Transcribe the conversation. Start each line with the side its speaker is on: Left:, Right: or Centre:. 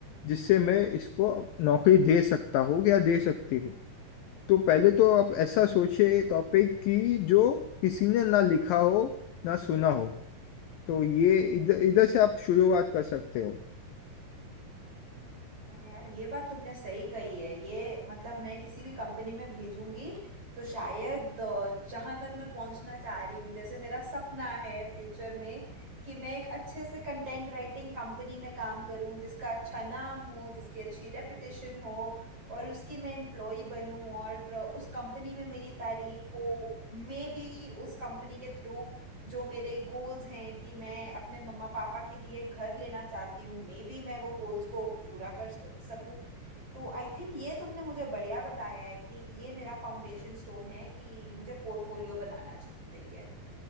Left: जिससे मैं इसको नौकरी दे सकता हूँ या दे सकती हूँ तो पहले तो आप ऐसा सोचिए टॉपिक की जो किसी ने ना लिखा हो ना सुना हो तो ये इधर इधर से आप शुरुआत कर सकते हो
Right: हाँ यार ये बात तुमने सही कही है ये मतलब मैं किसी भी कंपनी में भेजूंगी तो शायद जहां तक मैं पहुंचना चाह रही हूँ जैसे मेरा सपना है फ्यूचर में कि मैं एक अच्छे से कंटेंट राइटिंग कंपनी में काम करूँ जिसका अच्छा नाम हो जिसकी अच्छी रेपुटेशन हो और उसकी मैं एम्प्लॉय बनूं और अ, उस कंपनी में मेरी तारीफ हो मे बी उस कंपनी के थ्रू जो मेरे गोल्स हैं कि मैं अपने मम्मा पापा के लिए घर लेना चाहती हूँ मे बी मैं वो गोल्स को पूरा कर स- सकूं तो आई थिंक ये तुमने मुझे बढ़िया बताया है कि ये मेरा फाउंडेशन स्टोन है कि मुझे पोर्टफोलियो बनाना चाहिए